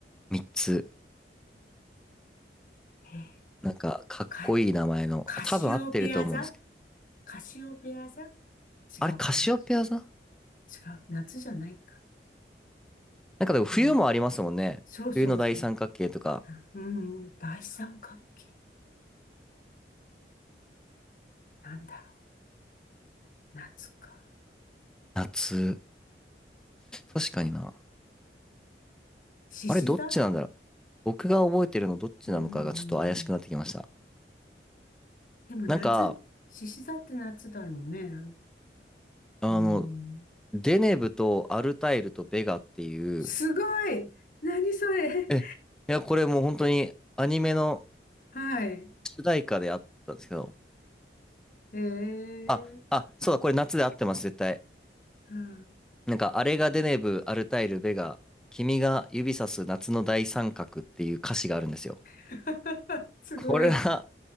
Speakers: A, in the centre; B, on the left.
A: 3つ。
B: う。えー、
A: なんか、かっこいい名前の。
B: か、カシオペア座
A: 多分合ってると思うんですけど。
B: カシオペア座違
A: あれ、カシオペア座な
B: うかな違う。夏じゃないか。
A: んかでも冬もありますもんね。
B: うん。そうそうそう。
A: 冬の大三角形とか、
B: あうん、大三角形。なんだろう。夏か。
A: 夏。確かにな。
B: 獅子座
A: あれ、どっちなんだろう。僕が覚えてるのどっちなのかがちょっと怪しくなってきました。
B: うん。でも夏、
A: なんか、
B: 獅子座って夏だよね。
A: あの、
B: うん。
A: デネブとアルタイルとベガっていう、
B: すごい何それ <laughs>
A: え、いや、これもう本当にアニメの
B: はい。
A: 主題歌であったんですけど、
B: ええ
A: あ、
B: ー、
A: あ、そうだ、これ夏で合ってます、絶対。
B: うん
A: なんか、あれがデネブ・アルタイル・ベガ、君が指さす夏の大三角っていう歌詞があるんですよ。
B: <laughs> すごい。
A: これは、